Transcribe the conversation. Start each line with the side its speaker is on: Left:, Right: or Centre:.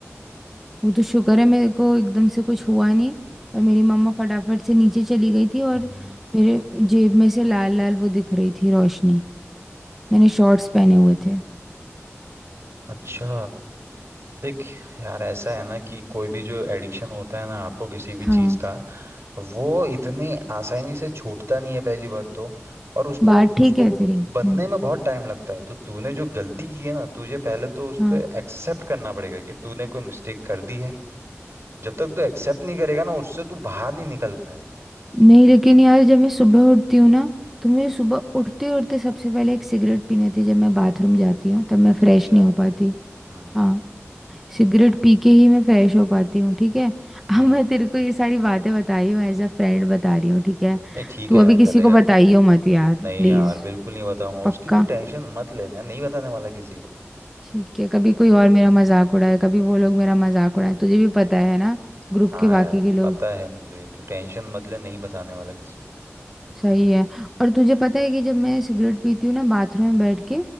Centre: वो तो शुक्र है मेरे को एकदम से कुछ हुआ नहीं और मेरी मम्मा फटाफट से नीचे चली गई थी और
Right: हम्म।
Centre: मेरे जेब में से लाल लाल वो दिख रही थी रोशनी मैंने शॉर्ट्स पहने हुए थे
Right: अच्छा देख यार ऐसा है ना कि कोई भी जो एडिक्शन होता है ना आपको किसी भी चीज
Centre: हाँ
Right: का वो इतनी आसानी से छूटता नहीं है पहली बात तो और उसको
Centre: बात ठीक
Right: उसको
Centre: है तेरी
Right: बनने
Centre: हम्म
Right: में बहुत टाइम लगता है तो तूने जो गलती की है ना तुझे पहले तो उस
Centre: हाँ
Right: पे एक्सेप्ट करना पड़ेगा कि तूने कोई मिस्टेक कर दी है जब तक तू एक्सेप्ट नहीं करेगा ना उससे तू बाहर नहीं निकल पाएगा
Centre: नहीं लेकिन यार जब मैं सुबह उठती हूँ ना तो मुझे सुबह उठते उठते सबसे पहले एक सिगरेट पीनी थी जब मैं बाथरूम जाती हूँ तब मैं फ्रेश
Right: अच्छा
Centre: नहीं हो पाती
Right: हम्म
Centre: हाँ सिगरेट पी के ही मैं फ्रेश हो पाती हूँ ठीक है
Right: हम्म
Centre: अब मैं तेरे को ये सारी बातें बता रही हूँ एज अ फ्रेंड बता रही हूँ ठीक है
Right: नहीं ठीक
Centre: तू
Right: है
Centre: अभी
Right: यार
Centre: किसी
Right: चलेगा
Centre: को बताइयो मत यार
Right: नहीं
Centre: प्लीज़
Right: यार बिल्कुल नहीं बताऊंगा उसकी
Centre: पक्का
Right: तू टेंशन मत ले मैं नहीं बताने वाला किसी को
Centre: ठीक है कभी कोई और मेरा मजाक उड़ाए कभी वो लोग मेरा मजाक उड़ाए तुझे भी
Right: हम्म
Centre: पता है ना ग्रुप
Right: हाँ
Centre: के बाकी
Right: यार
Centre: के लोग
Right: पता है मुझे तू टेंशन मत ले नहीं बताने वाला किसी को
Centre: सही है और तुझे पता है कि जब मैं सिगरेट पीती हूँ ना बाथरूम में बैठ के